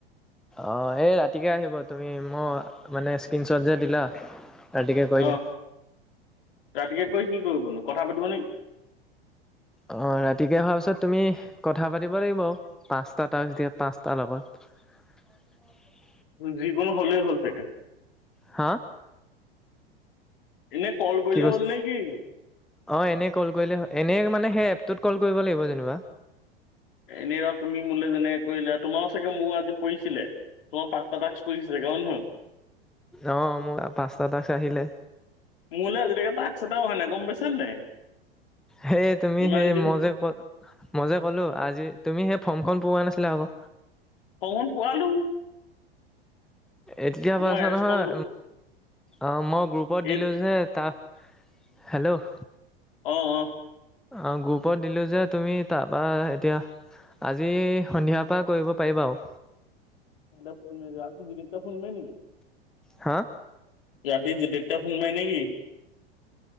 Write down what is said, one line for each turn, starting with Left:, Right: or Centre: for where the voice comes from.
Centre: অৱ এই ৰাতিকে আহিব তুমি মই মানে স্ক্ৰীনশ্বট যে দিলা। ৰাতিকে কৰিলে
Left: অৱ ৰাতিকে কৈ কি কৰিবনো কথা পাতিব নেকি!
Centre: অৱ ৰাতিকে হোৱাৰ পিছত তুমি কথা পাতিব লাগিব পাঁচটা তাচ্ছ দিয়ছ পাঁচটাৰ লগত। <unintelligible>
Left: যিকোনো হ'লেই হ'ল ছাগে।
Centre: হা!
Left: এনেই কল কৰিলে
Centre: কি কৈছ,
Left: হ'ল নে কি
Centre: অ এনে কল কৰিলে এনে মানে সেদ তো'ত কল কৰিব লাগিব যেনিবা।
Left: এনে তুমি মোলে যেনে কৰিলো তোমাৰো চাগে মোৰোজি পৰিছিলে তোমাৰ পাঁচটা টাস্কছ পৰিছে। ৰন হ্য়।
Centre: অ মোৰ পাঁচটা টাস্কছ আহিলে।
Left: মোৰলৈ আজিলৈকে টাস্কছ এটাও নাই গম পাইছে নে নাই।
Centre: সেই তুমি
Left: ইমান
Centre: সেই
Left: দিন
Centre: মই যে ক মই যে কলো আজি তুমি সেই ফৰ্মখন পূৰোৱা নাছিলে আকৌ।
Left: ফৰ্মখন পোৱালো।
Centre: এতিয়া কৈ
Left: মই
Centre: আছে
Left: ৰেচপন্স
Centre: নহয়। অ মই গ্ৰুপত
Left: এই
Centre: দিলো যে তাৰ, হেল্ল'
Left: অ অ।
Centre: অ গ্ৰুপত দিলো যে তুমি তাৰপা এতিয়া আজি সন্ধিয়াৰ পৰা কৰিব পাৰিবা আৰু।
Left: <inaudible>
Centre: হা।
Left: ৰাতি জিদিপ্তা ফোন মাৰে নেকি?